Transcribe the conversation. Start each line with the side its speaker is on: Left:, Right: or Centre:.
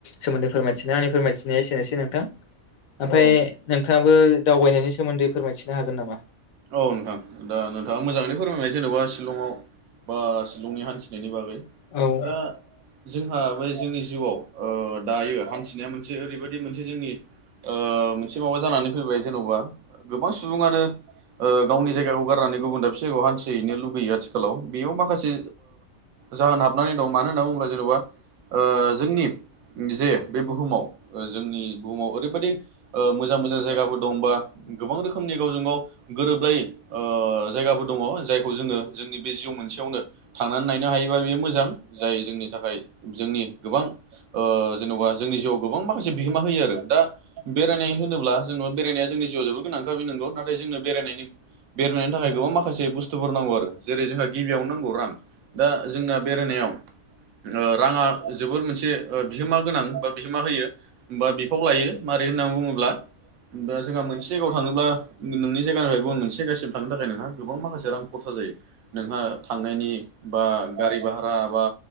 Left: सोमोन्दै फोरमायथिनाय आंनि फोरमायथिनाया एसेनोसै नोंथां। ओमफ्राय
Right: औ
Left: नोंथाङाबो दावबायनायनि सोमोन्दै फोरमायथिनो हागोन। नामा?
Right: औ नोंथां दा नोंथाङा मोजाङै फोरमायबाय जेनेबा शिलंआव बा शिलंनि हान्थिनायनि बागै।
Left: औ
Right: दा जोंहा बे जोंनि जिउआव दायो हान्थिनाया मोनसे ओरैबायदि मोनसे जोंनि मोनसे माबा जानानै फैबाय। जेन'बा गोबां सुबुङानो गावनि जायगाखौ गारनानै गुबुन दाबसे जायगायाव हान्थिहैनो लुगैयो आथिख आथिखालाव बेयाव माखासे जाहोन हाबनानै दं मानो होनना बुङोब्ला जेन'बा जोंनि जे बे बुहुमाव जोंनि बुहुमाव ओरैबायदि मोजां मोजां जायगाफोर दं बा गोबां रोखोमनि गावजों गाव गोरोबलायै जायगाबो दङ जायखौ जोङो जोंनि बे जिउ मोनसेयावनो थांनानै नायनो हायोबा बे मोजां जाय जोंनि थाखाय जोंनि गोबां जेन'बा जोंनि जिउआव गोबां माखासे बिहोमा होयो आरो दा बेरायनाय होनोब्ला जोङो बेरायनाया जोंनि जिउआव जोबोद गोनांखा बे नंगौ नाथाय जोंनो बेरायनायनि बेरायनायनि थाखाय गोबां माखासे बुस्थुफोर नांगौ आरो। जेरै जोंहा गिबियावनो नांगौ रां दा जोंना बेरायनायाव राङा जोबोर मोनसे बिहोमा गोनां बा बिहोमा होयो बा बिफाव लायो। होननानै बुङोब्ला जोंहा मोनसे जायगायाव थाङोब्ला नोंनि जायगानिफ्राय गुबुन मोनसे जायगासिम थांनो थाखाय नोंहा गोबां माखासे रां खरसा जायो। नोंहा थांनायनि बा गारि भारा बा